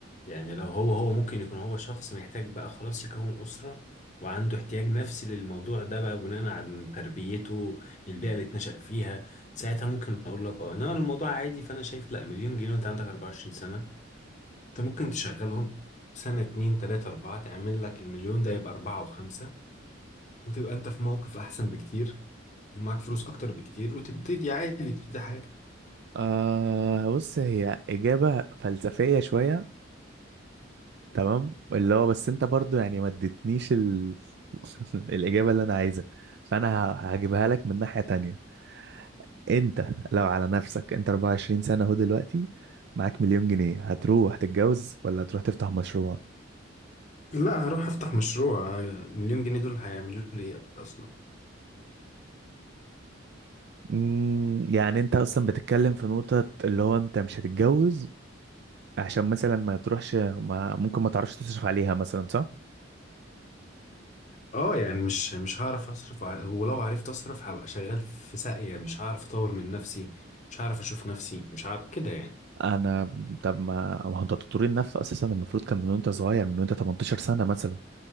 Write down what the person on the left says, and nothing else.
يعني لو هو هو ممكن يكون هو شخص محتاج بقى خلاص يكون أسرة وعنده احتياج نفسي للموضوع ده بقى بناء على تربيته البيئة اللي اتنشأ فيها ساعتها ممكن أقول لك اه إنما الموضوع عادي فأنا شايف لأ مليون جنيه وأنت عندك 24 سنة أنت ممكن تشغلهم سنة اتنين تلاتة أربعة تعمل لك المليون ده يبقى أربعة وخمسة وتبقى أنت في موقف أحسن بكتير ومعاك فلوس أكتر بكتير وتبتدي عادي تبتدي حاجة
لا هروح أفتح مشروع مليون جنيه دول هيعملوا لي إيه أصلا
اه يعني مش مش هعرف اصرف وع- ولو عرفت اصرف هبقى شغال في ساقية مش هعرف اطور من نفسي مش هعرف اشوف نفسي مش عارف كده يعني